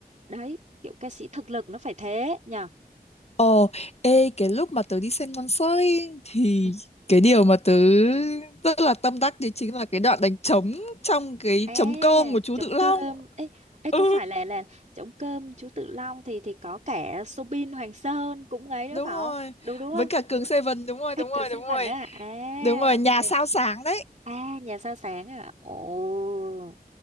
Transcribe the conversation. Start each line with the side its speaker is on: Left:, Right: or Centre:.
Right: đấy kiểu ca sĩ thực lực nó phải thế nhờ
Left: Ồ, ê, cái lúc mà tớ đi xem concert ấy, thì
Right: Ừ.
Left: cái điều mà tớ rất là tâm đắc đấy chính là cái đoạn đánh trống trong cái
Right: à
Left: trống cơm của chú
Right: trống
Left: Tự Long.
Right: cơm ấy ấy
Left: Ừ,
Right: có phải là là trống cơm chú Tự Long thì thì có cả Soobin Hoàng Sơn cũng ấy đó
Left: đúng
Right: phải
Left: rồi.
Right: không đúng đúng
Left: Với
Right: không
Left: cả Cường Seven, đúng rồi,
Right: Hacker
Left: đúng rồi, đúng
Right: Seven
Left: rồi.
Right: á à
Left: Đúng rồi,
Right: ok
Left: nhà sao sáng đấy.
Right: à nhà sao sáng à ồ